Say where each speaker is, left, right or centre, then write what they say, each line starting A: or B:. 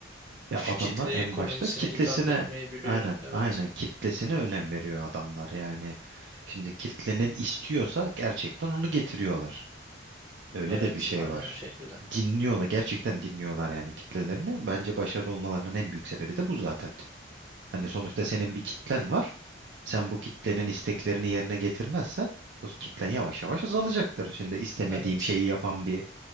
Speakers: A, on the right; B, on the right.
A: E, adamlar
B: Kitleye,
A: en
B: komünisine
A: başta kitlesine
B: hitap etmeyi biliyor.
A: aynen
B: Evet.
A: aynen kitlesine önem veriyor adamlar. Yani şimdi kitlenin istiyorsa gerçekten onu getiriyorlar. Öyle
B: Evet,
A: de bir şey
B: aynen
A: var.
B: o şekilde.
A: Dinliyorlar, gerçekten dinliyorlar yani kitlelerini. Bence başarılı olmalarının en büyük sebebi de bu zaten. Hani sonuçta senin bir kitlen var. Sen bu kitlenin isteklerini yerine getirmezsen bu kitlen yavaş yavaş azalacaktır. Şimdi istemediğim
B: Evet.
A: şeyi yapan bir